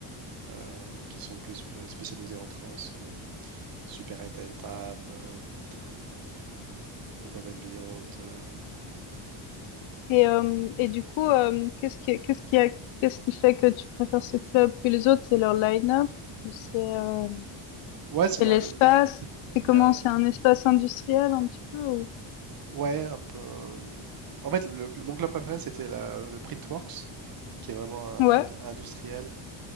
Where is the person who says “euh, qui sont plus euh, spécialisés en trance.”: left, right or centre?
Right